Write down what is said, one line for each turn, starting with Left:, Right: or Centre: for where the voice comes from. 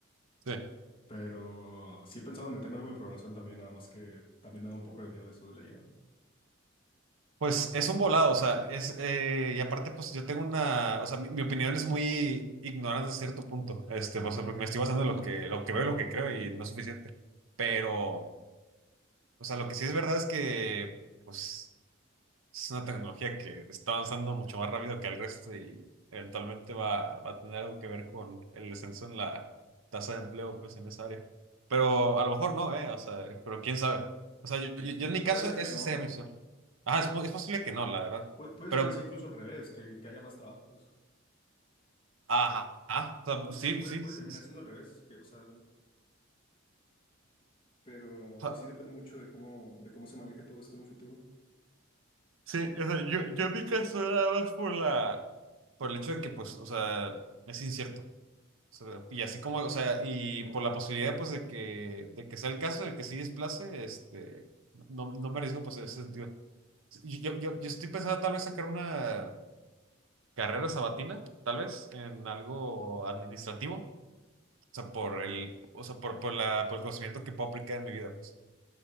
Right: Sí.
Left: Pero sí he pensado en meterme algo de programación también, nada más que también me da un poco de miedo eso de la IA.
Right: Pues es un volado, o sea, es, eh, y aparte, pues yo tengo una, o sea, mi, mi opinión es muy ignorante a cierto punto, este, o sea, porque me estoy basando en lo que, lo que veo y lo que creo y no es suficiente, pero, o sea, lo que sí es verdad es que, pues, es una tecnología que está avanzando mucho más rápido que el resto y eventualmente va, va a tener algo que ver con el descenso en la tasa de empleo, pues, en esa área. Pero a lo mejor no, ¿eh? O sea, pero quién sabe. O sea, yo, yo- yo
Left: Pu-
Right: en mi caso,
Left: puede ser
Right: esa
Left: que no.
Right: sería mi opción. Ajá, es, mu- es posible que no, la verdad.
Left: Puede, puede
Right: Pero,
Left: ser que sea incluso al revés, que, que haya más trabajos.
Right: ajá, ajá, o sea, sí,
Left: O sea, puede,
Right: sí,
Left: puede
Right: sí.
Left: terminar
Right: Sí,
Left: siendo al revés, que, o sea, pero
Right: O
Left: pues
Right: sea,
Left: sí depende mucho de cómo, de cómo se maneje todo esto en un futuro.
Right: sí, o sea, yo, yo en mi caso nada más por la, por el hecho de que, pues, o sea, es incierto. sea, y así como, o sea, y por la posibilidad, pues, de que, de que sea el caso, de que sí desplace, este, no, no me arriesgo, pues, en ese sentido. Yo, yo, yo estoy pensando tal vez sacar una carrera sabatina, tal vez, en algo administrativo, o sea, por el, o sea, por, por la, por el conocimiento que puedo aplicar en mi vida, pues,